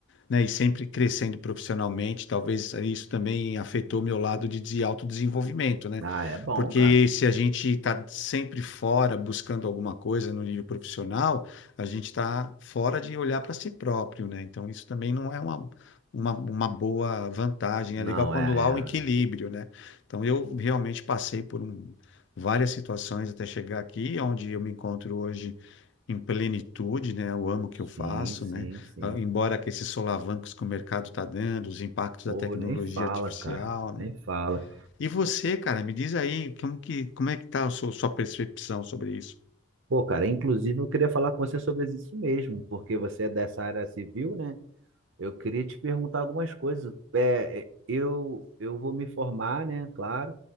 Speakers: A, on the left; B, on the right.
A: né, e sempre crescendo profissionalmente, talvez isso também afetou meu lado de de autodesenvolvimento, né?
B: ah, é bom,
A: Porque
B: cara.
A: se a gente está sempre fora buscando alguma coisa no nível profissional, a gente está fora de olhar para si próprio, né? Então isso também não é uma, uma, uma boa vantagem.
B: Não,
A: É legal quando
B: é,
A: há um equilíbrio,
B: é.
A: né? Então eu realmente passei por um- várias situações até chegar aqui, onde eu me encontro hoje em plenitude, né? Eu amo o que eu faço,
B: Sim, sim,
A: né?
B: sim.
A: Ah, Embora que esses solavancos que o mercado está dando, os impactos
B: Pô,
A: da tecnologia
B: nem fala,
A: artificial,
B: cara, nem
A: né?
B: fala.
A: E você, cara, me diz aí como que, como é que tá a sua, sua percepção sobre isso?
B: Pô, cara, inclusive eu queria falar com você sobre isso mesmo, porque você é dessa área civil, né? Eu queria te perguntar algumas coisas. É, é, eu, eu vou me formar, né? Claro,